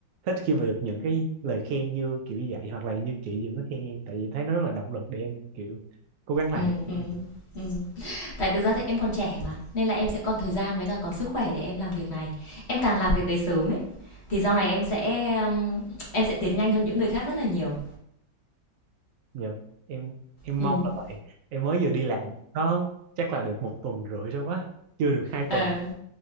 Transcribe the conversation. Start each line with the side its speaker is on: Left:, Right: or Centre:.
Right: thích khi mà được những cái lời khen như kiểu như vậy hoặc là như chị Dừng có khen em tại vì em thấy nó rất là động lực để em kiểu cố gắng làm
Left: Ừm, ừm,
Right: hơn
Left: ừm. Tại thực ra thì em còn trẻ mà, nên là em sẽ còn thời gian với cả còn sức khỏe để em làm việc này. Em càng làm việc đấy sớm ấy, thì sau này em sẽ, ờm, em sẽ tiến nhanh hơn những người khác rất là nhiều.
Right: nhiều em em
Left: Ừm,
Right: mong là vậy em mới vừa đi làm có chắc là được một tuần rưỡi thôi quá chưa được hai tuần
Left: ờ,